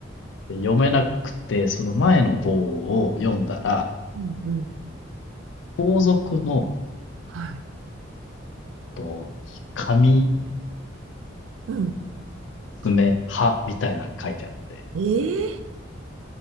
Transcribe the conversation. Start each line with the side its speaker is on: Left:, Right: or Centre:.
Left: で読めなくて、その前の棒を読んだら、
Right: うんうん。
Left: 皇族の、
Right: はい。
Left: と、紙、
Right: うん。か、
Left: 爪、歯みたいなのが書いてあって、
Right: ええ